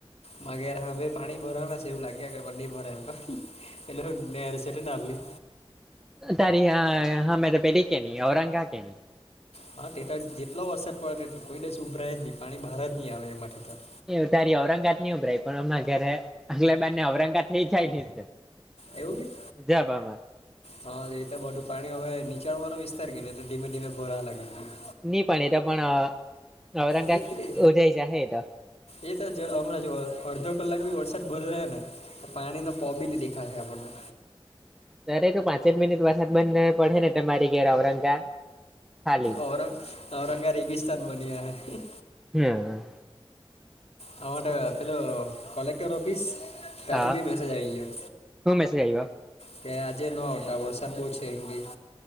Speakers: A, on the left; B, in the centre.
A: માગ હા ભાઈ પાણી ભરણા છે એવું લાગ્યા કરે પણ નહીં ભરાય એમ તો. એટલે હું નહેર છે તે નાલી.
B: તારી હા હામે પેરી કે ની ઔરંગા કેે ની.
A: હા તે તો જેટલો વરસાદ પડે એટલો કોઈ દસ ઉભરાય જ નહીં પાણી બહાર જ નહીં આવે એમાંથી તો
B: એવું તારી ઔરંગાજ નની ઉભરાય પણ હમણા ઘરે આગલે બાર નેઔરંગાત થ ચાલી.
A: એવું કે?
B: જવામાં
A: હા એ તો બધું પાણી હવે નીચાણ વાળો વિસ્તાર કે ને ધીમે ધીમે ભરાવા લાગી ગયું.
B: ની પાણી તો પણ ઔરંગા
A: નીકળે
B: ઉજય જાહે એ તો.
A: એ તો જ હમણાં જો અડધો કલાક બી વરસાદ બંધ રહ્યા ને. તો પાણી નો પ બી ન દેખાશે આપણને.
B: ઘરે તો પાંચે જ મિનિટ વરસાદ બંધને પડે ને તમારી ઘેર ઔરંગા ખાલી
A: ઔર ઔરંગા રેગિસ્તાન બન્યા હૈ.
B: હમ
A: આ માટે પેલો કલેક્ટર ઓફીસ. તાથી
B: હા
A: ભી મેસેજ આઈ ગ્યો.
B: હું મેસેજ આવ્યો
A: કે આજે નો આવતા વરસાદ બહુ છે એમ કે.